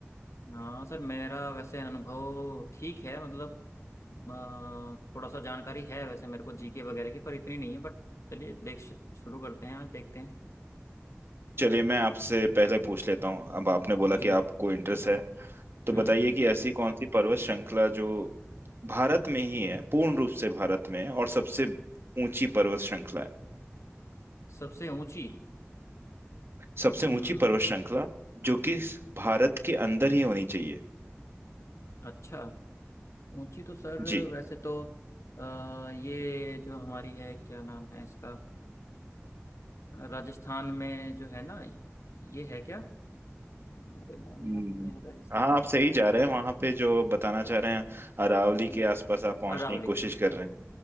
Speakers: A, on the left; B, on the right.
A: हाँ सर मेरा वैसे अनुभव ठीक है मतलब अ, थोड़ा सा जानकारी है वैसे मेरे को जीके वगैरह की पर इतनी नहीं है बट चलिए देख शुरू करते हैं आज देखते हैं
B: चलिए मैं आपसे पहले पूछ लेता हूँ अब आपने बोला
A: जी
B: कि आपको इंटरेस्ट है तो
A: हम्म
B: बताइए कि ऐसी कौन सी पर्वत श्रृंखला जो भारत में ही है पूर्ण रूप से भारत में है और सबसे ऊंची पर्वत श्रृंखला है
A: सबसे ऊंची
B: सबसे
A: हम्म
B: ऊंची पर्वत श्रृंखला जो कि भारत के अंदर ही होनी चाहिए
A: अच्छा ऊंची तो सर
B: जी
A: वैसे तो अ, ये जो हमारी है क्या नाम है इसका राजस्थान में जो है ना ये है क्या अरे नाम
B: हम्म,
A: याद नहीं आ रहा है इसका
B: हाँ आप सही जा रहे हैं वहां पे जो बताना चाह रहे हैं अरावली
A: जी
B: के आसपास आप पहुंचने
A: अरावली
B: की कोशिश कर रहे